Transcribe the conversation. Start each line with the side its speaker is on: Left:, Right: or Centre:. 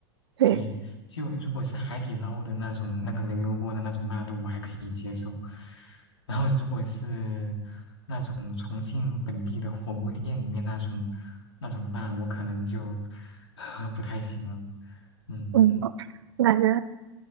Right: 对，
Left: 对，就如果是海底捞的那种，那个牛油锅的那种辣度，我还可以接受。然后如果是那种重庆本地的火锅店里面那种那种辣，我可能就 <laughs> 不太行了。嗯。
Right: 嗯，我感觉。